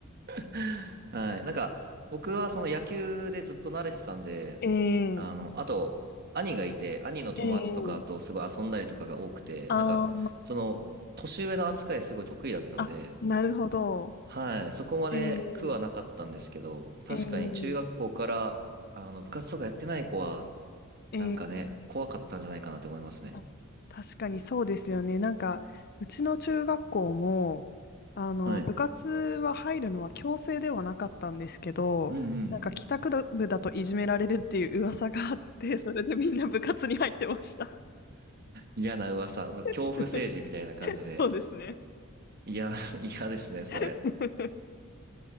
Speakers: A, on the right; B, on the left.
A: <laughs> はい。なんか、僕はその野球でずっと慣れてたんで、
B: ええ
A: あの、あと、兄がいて、兄の友達とかとすごい遊んだりとかが多くて、
B: ええああ、
A: なんか、その、年上の扱いすごい得意だったんで、
B: あ、なるほど。
A: はい、そこまで苦はなかったんですけど、
B: ええ
A: 確かに中学校からあの部活とかやってない子は、
B: ええええ
A: なんかね、怖かったんじゃないかなって思いますね。
B: あ確かにそうですよね。なんか、うちの中学校も、あの、
A: はい。
B: 部活は入るのは強制ではなかったんですけど、
A: うんうん。
B: なんか帰宅部だといじめられるっていう噂があって、それでみんな部活に入ってました。
A: 嫌な噂、そう恐怖政治みたいな感じで。
B: <laughs> そうですね。
A: いや、<laughs> 嫌ですね、それ。
B: <laughs>